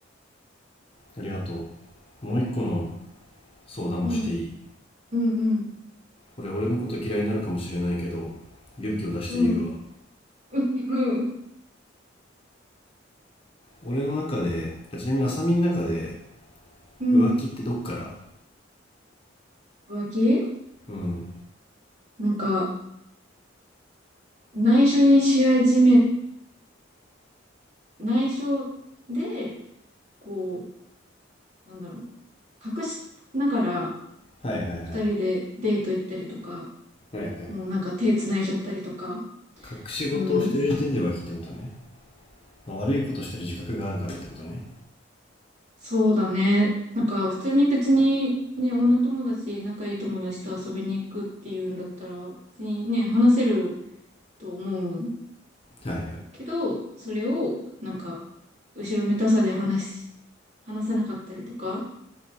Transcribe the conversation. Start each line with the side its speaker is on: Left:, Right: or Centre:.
Left: ありがとう。もう一個の相談もしていい
Right: うん、うん、うん、
Left: 俺、俺のこと嫌いになるかもしれないけど、勇気を出して言うわ。
Right: うん、うん、うん、
Left: 俺の中で、あちなみに浅見の中で、
Right: うん。
Left: 浮気ってどっから
Right: 浮気
Left: うん。
Right: なんか、内緒にし始め内緒で、こう、なんだろう、隠しながら
Left: はいはいはい。はい
Right: 二人でデート行ったりとか、
Left: はい。
Right: もうなんか手繋いじゃったりとか、
Left: 隠し事をしてる時点で浮気ってことね。
Right: うん、
Left: まあ悪いことしてる自覚があるからってことね。
Right: そうだね。なんか普通に別にね、女友達、仲いい友達と遊びに行くっていうんだったら、別にね、話せると思う
Left: はいはい。
Right: けど、それをなんか、後ろめたさで話し、話せなかったりとか、